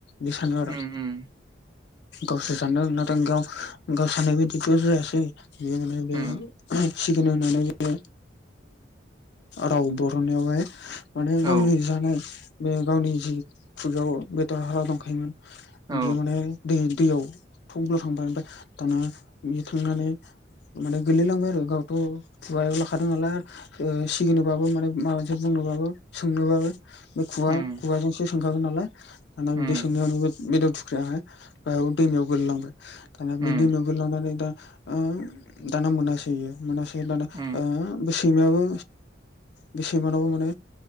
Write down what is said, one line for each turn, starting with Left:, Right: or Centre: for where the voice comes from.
Left: बे सानो आरो।
Right: उम
Left: गावसो सानदों नाथाय गाव गाव साननाय बायदिथ' जायासै बेयो माने बे
Right: उम
Left: सिगनो होननानै बे राव बर'नायावहाय माने
Right: औ
Left: गावनि जानाय बे गावनि जि खुगायाव बेदर हारा दंखायोमोन
Right: औ
Left: बेयो माने दै दैयाव थबल थांबाय ओमफ्राय दाना बे थांनानै माने गोलैलांबाय आरो गावथ' खुगायाव लाखादों नालाय सिगिनोबाबो माने माबा मोनसे बुंनोबाबो सोंनोबाबो बे खुवा
Right: उम
Left: खुवाजोंसो सोंखागोन नालाय दाना
Right: उम
Left: बिदि सोंनायावनो बे बेदर थुख्रायाहाय गाहायाव दैमायाव गोलैलांबाय दानि
Right: उम
Left: बे दैमायाव गोलैलांनानै दा दाना मोनासैयो मोनासै दाना
Right: उम
Left: सैमायाबो बे सैमानावबो माने